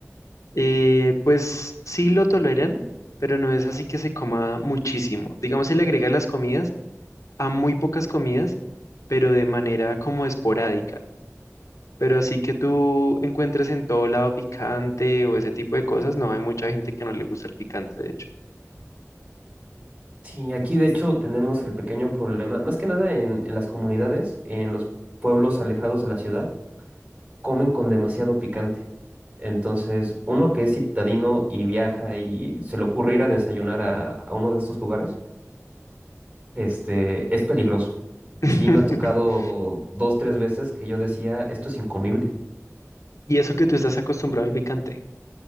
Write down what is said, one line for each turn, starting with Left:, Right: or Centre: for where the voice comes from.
Left: Eh, pues sí lo toleran, pero no es así que se coma muchísimo. Digamos, se le agrega a las comidas, a muy pocas comidas, pero de manera como esporádica. Pero así que tú encuentres en todo lado picante o ese tipo de cosas, no hay mucha gente que no le gusta el picante, de hecho.
Right: Sí, aquí de hecho tenemos el pequeño problema, más que nada en, en las comunidades, en los pueblos alejados de la ciudad, comen con demasiado picante. Entonces, uno que es citadino y viaja y se le ocurre ir a desayunar a, a uno de estos lugares, este, es peligroso.
Left: <laughs>
Right: Sí, me ha tocado dos, tres veces que yo decía, esto es incomible.
Left: Y eso que tú estás acostumbrado al picante.